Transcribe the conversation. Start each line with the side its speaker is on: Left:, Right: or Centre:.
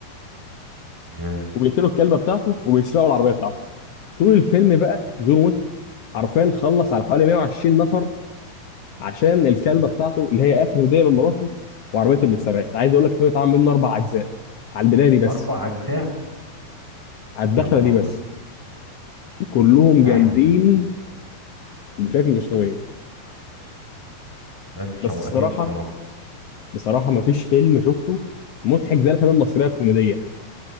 Centre: يا
Left: وبيقتلوا الكلبه بتاعته وبيسرقوا العربيه بتاعته طول الفيلم بقى جون ويك حرفيا خلص على حوالي 120 نفر عشان الكلبه بتاعته اللي هي اخر هديه من مراته وعربيته اللي اتسرقت عايز اقول لك الفيلم اتعمل منه اربع اجزاء على البدايه دي بس
Centre: اربع اجزاء
Left: على الدخله
Centre: يا نهار
Left: دي بس
Centre: ابيض
Left: كلهم
Centre: لا
Left: جامدين
Centre: احنا هننزل
Left: بشكل
Centre: الله
Left: مش طبيعي
Centre: لا انت شوقتني
Left: بس الصراحه
Centre: بصراحه
Left: بصراحه ما فيش فيلم شفته مضحك زي الافلام المصريه الكوميديه